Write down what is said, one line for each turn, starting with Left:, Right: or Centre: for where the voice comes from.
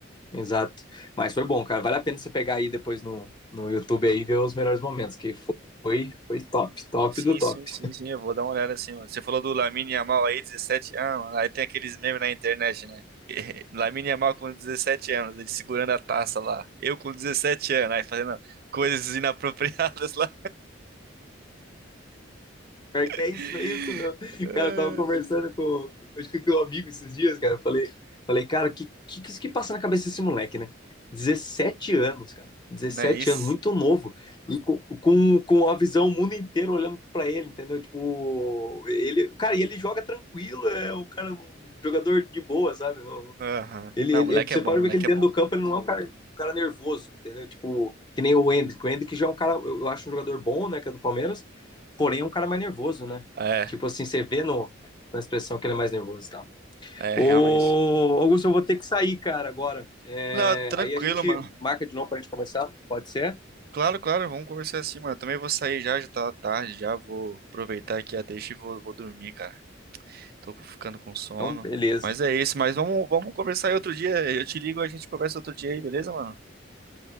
Left: Exato. Mas foi bom, cara. Vale a pena você pegar aí depois no, no YouTube aí e ver os melhores momentos, que foi, foi top, top
Right: Sim,
Left: do top.
Right: sim, sim, sim, eu vou dar uma olhada assim, mano. Você falou do Lamine Yamal aí, 17 anos, mano. aí tem aqueles memes na internet, né? <laughs> Lamine Yamal com dezessete anos, ele segurando a taça lá. Eu com 17 anos, aí fazendo coisas inapropriadas lá.
Left: Pior
Right: <laughs>
Left: que é isso, é isso, meu. Cara, eu tava conversando com, acho que com um amigo esses dias, cara. Eu falei, falei, cara, que que que isso que passa na cabeça desse moleque, né? 17 anos, cara. Dezessete
Right: Não é isso?
Left: anos, muito novo. E com, com, com a visão o mundo inteiro olhando pra ele, entendeu? Tipo, ele, cara, e ele joga tranquilo, é um cara, um jogador de boa, sabe? Não,
Right: Aham.
Left: ele,
Right: Não,
Left: ele,
Right: moleque
Left: ele- você
Right: é bom,
Left: pode
Right: moleque
Left: ver que ele
Right: é
Left: dentro
Right: bom.
Left: do campo ele não é um cara, um cara nervoso, entendeu? Tipo, que nem o Hendrick. O Hendrick já é um cara, eu eu acho um jogador bom, né, que é do Palmeiras, porém é um cara mais nervoso, né?
Right: É,
Left: Tipo assim, você vê no, na expressão que ele é mais nervoso e tal.
Right: é,
Left: Ô,
Right: realmente.
Left: Augusto, eu vou ter que sair, cara, agora. É,
Right: Não, tranquilo,
Left: aí a gente
Right: mano.
Left: marca de novo pra gente conversar, pode ser?
Right: Claro, claro, vamos conversar assim, mano. Eu também vou sair já, já tá tarde, já vou aproveitar aqui a deixa e vou, vou dormir, cara. Tô ficando com sono.
Left: Então, beleza.
Right: Mas é isso, mas vamos, vamos conversar aí outro dia. Eu te ligo, a gente conversa outro dia aí, beleza, mano?